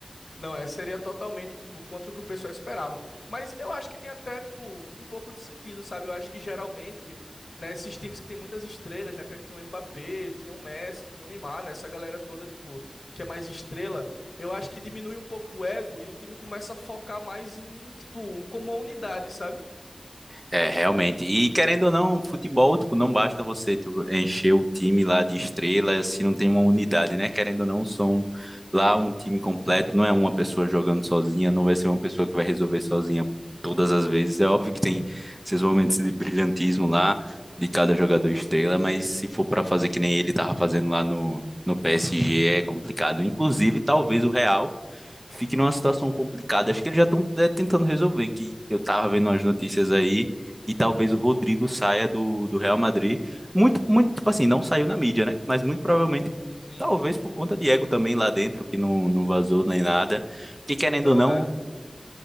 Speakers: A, on the left; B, on the right.
A: Não, é, seria totalmente, tipo, contra o que o pessoal esperava. Mas eu acho que tem até, tipo, um pouco de sentido, sabe? Eu acho que geralmente, né, esses times que tem muitas estrelas, na época que tinha o Mbappé, tinha o Messi, tinha o Neymar, né, essa galera toda, tipo, que é mais estrela, eu acho que diminui um pouco o ego e o time começa a focar mais em, tipo, como a unidade, sabe?
B: É, realmente. E querendo ou não, futebol, tipo, não basta você, tipo, encher o time lá de estrela se não tem uma unidade, né? Querendo ou não, são lá um time completo, não é uma pessoa jogando sozinha, não vai ser uma pessoa que vai resolver sozinha todas as vezes. É óbvio que tem esses momentos de brilhantismo lá de cada jogador estrela, mas se for para fazer que nem ele tava fazendo lá no, no PSG, é complicado. Inclusive, talvez o Real fique numa situação complicada. Acho que eles já estão tentando resolver, que eu tava vendo as notícias aí, e talvez o Rodrigo saia do, do Real
A: Uhum,
B: Madrid. Muito, muito, tipo assim, não saiu na mídia, né? Mas muito provavelmente,
A: sim.
B: talvez por conta de ego também lá dentro, que não, não vazou nem nada. Porque querendo
A: Não
B: ou não,
A: é.